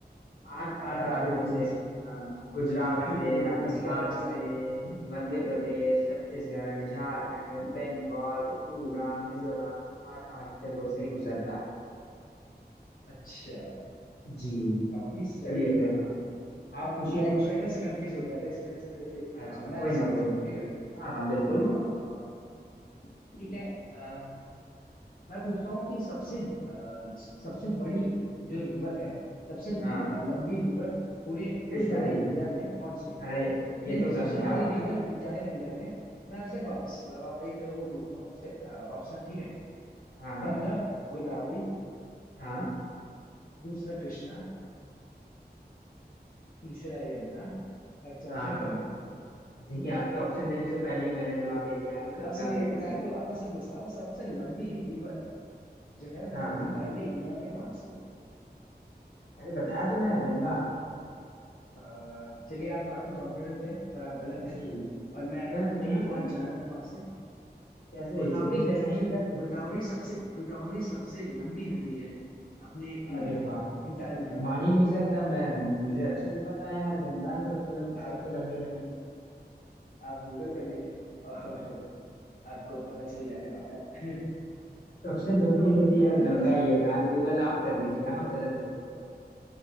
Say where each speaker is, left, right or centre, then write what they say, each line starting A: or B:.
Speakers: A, on the left; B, on the left.
A: आठ
B: अह,
A: आठ राज्यों
B: बिल्कुल
A: से
B: मुझे
A: अ, गुजरात
B: बिल्कुल
A: से
B: बिल्कुल
A: राजस्थान
B: बच गया बच
A: से
B: गया
A: मध्य प्रदेश छत्तीसगढ़ झारखंड बंगाल त्रिपुरा मिजोरम आठ आठ जगहों से गुजरता है
B: अच्छा
A: जी
B: काफी सही
A: चलिए
B: है
A: फिर
B: हाँ
A: आप पूछिए
B: मैं
A: कुछ
B: इक्वेटर से कंफ्यूज हो गया था इस वजह से मुझे
A: अच्छा
B: हाँ मैं
A: कोई
B: आपसे
A: ना
B: पूछता
A: कोई ना
B: हूँ ठीक है
A: हाँ हाँ बिल्कुल
B: अह, ठीक है अह, मैं पूछता हूँ कि सबसे अह, सबसे बड़ी जो रिवर है सबसे अह,
A: हाँ
B: लंबी रिवर पूरे
A: विश्व
B: इंटायर
A: की
B: इंडिया में कौन सी है
A: अरे ये
B: नहीं
A: तो
B: नहीं
A: गंगा
B: सबसे बड़ी
A: है भाई
B: रिवर
A: साहब
B: इंटायर इंडिया में मैं आपसे वापस अब आप एक वो पूछता हूँ आपसे ऑप्शन ठीक है
A: हाँ हाँ
B: पहला गोदावरी
A: हाँ
B: दूसरा कृष्णा तीसरा यमुना और चौथा
A: हाँ हाँ
B: गंगा
A: जी आपके ऑप्शन देने से पहले ही मैंने जवाब दे दिया है गंगा
B: अब सुनिए
A: बिल्कुल
B: मैं
A: सही
B: आपको
A: है
B: वापस से पूछता हूँ सबसे लंबी रिवर जो है
A: हाँ
B: वो
A: हाँ
B: इंटायरली इंडिया में कौन सी है
A: अरे बताया तो मैं गंगा
B: अ, चलिए आप काफी कॉन्फिडेंट थे पर आप गलत हैं
A: जी
B: और मैं
A: गल,
B: तीन
A: गलत
B: पॉइंट
A: है
B: ज्यादा हूँ आपसे
A: कैसे
B: गोदावरी
A: इसमें इसका
B: है
A: सही
B: जो
A: उत्तर क्या
B: गोदावरी
A: है?
B: सबसे गोदावरी सबसे लंबी नदी है अपने इंडिया
A: अरे
B: में
A: बाप रे
B: इंटायरली
A: मैं मान ही नहीं सकता मैं मुझे अच्छे से पता है यार गंगा है सबसे लब,
B: आप
A: सबसे लंबी नदी
B: आप गूगल कर लीजिए और आपको पता चल जाने वाला है <laughs>
A: सबसे लंबी
B: तो
A: नदी यार
B: थोड़ा
A: गंगा
B: सा
A: ही है यार गूगल आप कर लीजिए आप गलत बोल रहे हो